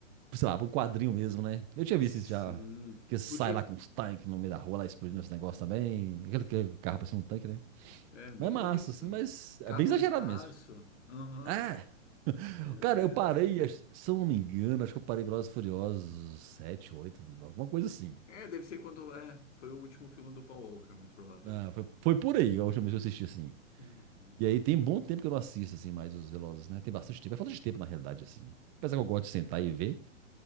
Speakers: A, on the right; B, on the left.
A: sei lá, pra um quadrinho mesmo, né? Eu tinha
B: sim.
A: visto isso já. Que sai
B: Porque
A: lá com uns tanques no meio da rua, lá explodindo esse negócio também. Aquele, aquele carro parecendo um tanque, né?
B: É bem
A: Mas é massa,
B: isso.
A: assim, mas é
B: Carro
A: bem exagerado
B: no espaço.
A: mesmo.
B: Aham.
A: Ah,
B: Meu
A: cara,
B: Deus.
A: eu parei, acho- se eu não me engano, acho que eu parei Velozes e Furiosos 7 8 alguma coisa assim.
B: É, deve ser quando. É, foi o último filme do Paul Walker, muito provável.
A: Ah, foi, foi por aí a última vez que eu assisti, assim.
B: Uhum.
A: E aí tem bom tempo que eu não assisto, assim, mais os Velozes, né? Tem bastante tempo, é falta de tempo, na realidade, assim. Apesar que eu gosto
B: Sim.
A: de sentar e ver,